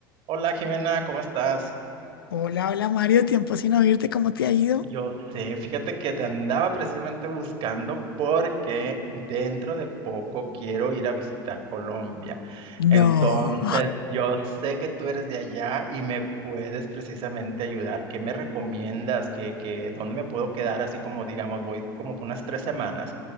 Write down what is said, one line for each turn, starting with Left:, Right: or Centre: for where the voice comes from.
Right: Hola Jimena, ¿cómo estás?
Left: Hola, hola Mario, tiempo sin oírte, ¿cómo te ha ido?
Right: Yo sé, fíjate que te andaba precisamente buscando porque dentro de poco quiero ir a visitar Colombia. Entonces,
Left: No,
Right: yo sé que tú eres de allá y me puedes precisamente ayudar. ¿Qué me recomiendas? ¿Qué, qué, dónde me puedo quedar? Así como, digamos, voy como por unas tres semanas,